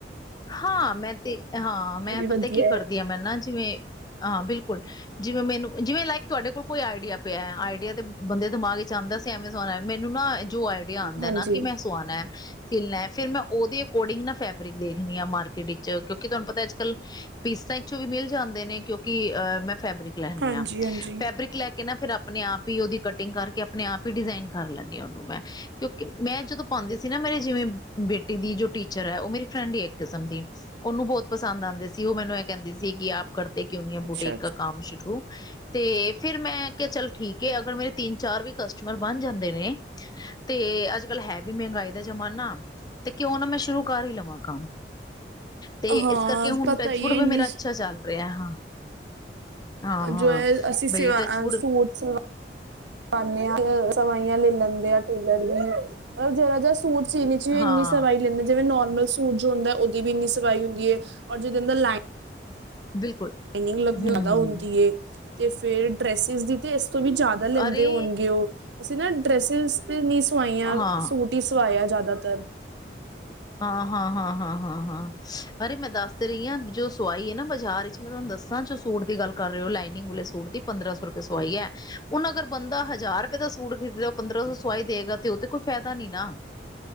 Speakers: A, on the left (about 20°); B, on the right (about 90°).
A: ਹਾਂ ਮੈਂ ਤੇ ਹਾਂ
B: ਇਹ
A: ਮੈਂ
B: ਵੀ ਵਧੀਆ
A: ਪਤਾ ਕੀ ਕਰਦੀ
B: ਹੈ।
A: ਹਾਂ ਮੈਂ ਨਾ ਜਿਵੇਂ ਹਾਂ ਬਿਲਕੁਲ ਜਿਵੇਂ ਮੈਨੂੰ ਜਿਵੇਂ ਲਾਈਕ ਤੁਹਾਡ ਕੋਈ ਆਈਡੀਆ। ਪਿਆ ਆਈਡੀਆ ਤੇ ਬੰਦੇ ਦਿਮਾਗ ਵਿੱਚ ਆਉਂਦਾ ਸੀ ਐਵੇਂ ਸਣਾ ਮੈਨੂੰ ਨਾ ਜੋ ਆਈਡੀਆ ਆਉਂਦਾ
B: ਹਾਂਜੀ।
A: ਨਾ ਕਿ ਮੈਂ ਸੁਆਣਾ ਸਿਲਣਾ ਫੇਰ ਮੈਂ ਉਹਦੇ ਕੋਡਿੰਗ ਨਾ ਫੈਬਰਿਕ ਦੇ ਮਾਰਕੀਟ ਵਿਚ ਕਿਉਂਕਿ ਤੁਹਾਨੂੰ ਪਤਾ ਅੱਜ ਕੱਲ ਪੀਤਾਂ ਚੋਂ ਵੀ ਮਿਲ ਜਾਂਦੇ ਨੇ ਕਿਉਂਕਿ ਅਹ ਮੈਂ ਫੈਬਰਿਕ ਲੈਣੀ
B: ਹਾਂਜੀ
A: ਆਂ
B: ਹਾਂਜੀ
A: ਫੈਬਰਿਕ ਲੈ ਕੇ ਨਾ ਫਿਰ ਆਪ ਆਪਣੇ ਆਪ ਹੀ ਉਹਦੀ ਕਟਿੰਗ ਕਰਕੇ, ਆਪਣੇ ਆਪ ਹੀ ਡਿਜ਼ਾਇਨ ਕਰ ਲੈਂਦੀ ਆ ਉਹਨੂੰ ਮੈਂ, ਕਿਉਂਕਿ ਮੈਂ ਜਦੋਂ ਪਾਉਂਦੀ ਸੀ ਨਾ ਮੇਰੇ ਜਿਵੇਂ ਬੇਟੀ ਦੀ ਜੋ ਟੀਚਰ ਹੈ ਉਹ ਮੇਰੀ ਫਰੈਂਡ ਹੀ ਆ। ਕਿਸਮ ਦੀ ਉਹਨੂੰ ਬਹੁਤ ਪਸੰਦ ਆਉਂਦੇ ਸੀ, ਉਹ ਮੈਨੂੰ ਇਹ ਕਹਿੰਦੀ ਸੀ ਕਿ ਆਪ ਕਰ ਤੇ ਕਿਉਂ ਨੀ ਆਂ
B: ਅੱਛਾ
A: ਬੁਟੇਕ
B: ਅੱਛਾ।
A: ਕੰਮ ਸ਼ੁਰੂ ਤੇ ਫੇਿਰ ਮੈਂ ਕਿਹਾ ਚੱਲ ਠੀਕ ਹੈ ਅਗਰ ਮੇਰੇ ਤਿੰਨ ਚਾਰ ਵੀ ਕਸਟਮਰ ਬਣ ਜਾਂਦੇ ਨੇ ਤੇ ਅੱਜ ਕੱਲ ਹੈ ਵੀ ਮਹਿੰਗਾਈ ਦਾ ਜ਼ਮਾਨਾ ਤੇ ਕਿਉਂ ਨਾ ਮੈਂ ਸ਼ੁਰੂ ਕਰ ਹੀ ਲਵਾਂ ਕੰਮ ਤੇ
B: ਹਾਂ
A: ਇਸ ਕਰਕੇ ਹੁਣ
B: ਪਤਾ
A: ਟੱਚਵੁਡ
B: ਹੀ
A: ਵੀ
B: ਇੰਨੀ
A: ਮੇਰਾ ਅੱਛਾ ਚੱਲ ਰਿਹਾ ਹਾਂ। ਹਾਂ ਹਾਂ
B: ਜੋ ਹੈ ਅਸੀਂ ਸਿਵਾ
A: ਬਈ ਟੱਚਵੁੱਡ
B: ਸੂਟ ਸ ਪਾਣੇ ਹਾਂ ਸਵਾਈਆਂ ਲੈ ਲੈਂਦੇ ਆ। ਟੇਲਰ ਦੀ ਮਤਲਬ ਜਿਹੜਾ ਜਿਹਾ ਸੂਟ ਚੀਨੀ 'ਚ ਵੀ
A: ਹਾਂ
B: ਇਨੀ ਸਵਾਈ ਲੈਂਦੇ ਜਿਵੇਂ ਨੋ ਸੂਟ ਜੋ ਹੁੰਦਾ ਉਹਦੀ ਵੀ ਇੰਨੀ ਸਵਾਈ ਹੁੰਦੀ ਹੈ, ਔਰ ਜਿਦ ਲਾਇਨ
A: ਬਿਲਕੁਲ
B: ਲਾਈਨਿੰਗ ਲੱ ਜ਼ਿਆਦਾ
A: ਹਮ
B: ਹੁੰਦੀ ਏ। ਤੇ ਫੇਰ ਡਰੈਸਿਸ ਦੀ ਤੇ ਤੋਂ ਵੀ ਜ਼ਿਆਦਾ ਲੈਂਦੇ
A: ਅਰੇ
B: ਹੋਣਗੇ ਉਹ ਅਸੀਂ ਨਾ ਡਰੈਸਿਸ ਏਨੀ ਸਵਾਈਆਂ,
A: ਹਾਂ
B: ਸੂਟ ਹੀ ਸਵਾਇਆ ਜ <unintelligible>
A: ਹਾਂ -ਹਾਂ- ਹਾਂ -ਹਾਂ -ਹਾਂ- ਹਾਂ, <inaudible> ਅਰੇ ਮੈਂ ਦੱਸ ਦੇ ਰਹੀ ਆਂ। ਜੋ ਸਵਾਈ ਹੈ ਨਾ ਬਾਜ਼ਾਰ ਵਿਚ ਮੈਂ ਤੁਹਾਨੂੰ ਦੱਸਾਂ ਜੋ ਸੂਟ ਦੀ ਗੱਲ ਕਰ ਰਹੇ ਹੋ ਲਾਈਨ ਲਾਈਨਿੰਗ ਵਾਲੇ ਸੂਟ ਦੀ ਪੰਦਰਾਂ ਸੌ ਰੁਪ ਸਵਾਈ ਹੈ ਹੁਣ ਅਗਰ ਬੰਦਾ ਹਜ਼ਾਰ ਰੁਪਏ ਦਾ ਸੂਟ ਖਰੀਦਿਆ ਪੰਦਰਾਂ ਸੌ ਸਵਾਈ ਦੇਗਾ ਤੇ ਉਹ ਤੇ ਕੁ ਫਾਇਦਾ ਨੀ ਨਾ